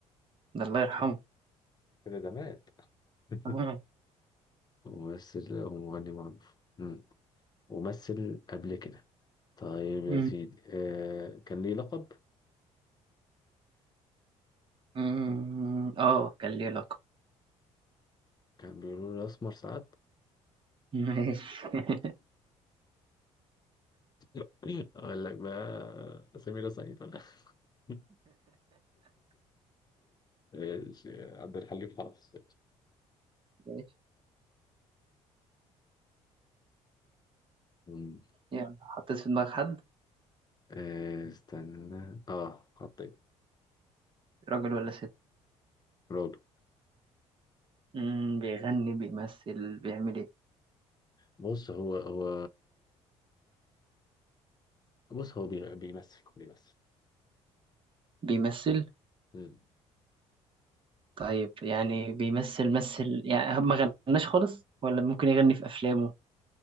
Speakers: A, on the right (about 40°); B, on the left (about 30°).
A: ده الله يرحمه
B: اوكي كده ده مات <laughs>
A: اه
B: وممثل هو مغني معروف مم. ومثل قبل كده طيب يا
A: مم.
B: سيدي آه كان ليه لقب
A: مم. اه كان ليه لقب
B: كان بيقولوا له الأسمر ساعات
A: ماشي <laughs>
B: <laughs> أقول لك بقى سميرة سعيد <laughs> <laughs> ماشي عبد الحليم حافظ
A: ماشي
B: مم.
A: يلا حطيت في دماغ حد
B: آه، استنى اه خطيب
A: راجل ولا ست
B: برافو
A: مم. بيغني بيمثل بيعمل ايه
B: بص هو هو بص هو بي- بيمثل بيمثل
A: بيمثل
B: مم.
A: طيب يعني بيمثل مثل يعني ما غناش خالص ولا ممكن يغني في افلامه